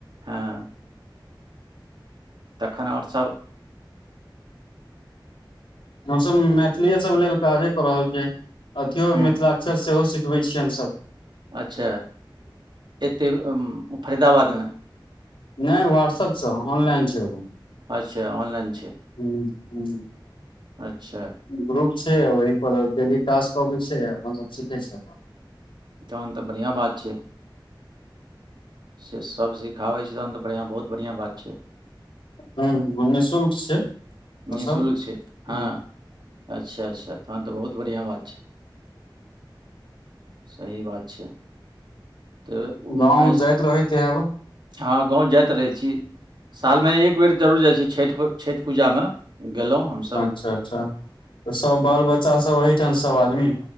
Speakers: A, on the right; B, on the left.
A: हँ तखन ओर सब
B: हमसब मैथिलीये सब लेल काजे कऽ रहल छियै अथियो
A: हुँ
B: मिथिलाक्षर सेहो सिखबै छियै हमसब
A: अच्छा एतय फरीदाबाद में
B: नय व्हाट्स अपसँ ऑनलाइन छैय ओ
A: अच्छा ऑनलाइन छैय
B: हु हु
A: अच्छा
B: ग्रुप छैय ओहि पर डेली टास्क अबै छैय अपन सब सीखै छियै
A: तहन तऽ बढ़िआँ बात छैय से सब सिखाबै छैय तहन तऽ बढ़ियाँ बहुत बढ़ियाँ बात छैय
B: हू हू निशुल्क छै ओ
A: निशुल्क
B: सब
A: छैय
B: हूँ
A: हँ अच्छा अच्छा हँ तऽ बहुत बढ़ियाँ बात छैय सही बात छै तऽ उम,
B: गाँव
A: एस-
B: जाइत रहैत है
A: हँ गाँव जाइत रहै छी साल में एक बेर जरूर जाय छी छैठ छैठ पूजा में गेलो हम
B: अच्छा अच्छा तऽ सब बाल बच्चा सब अहिठाम सब आदमी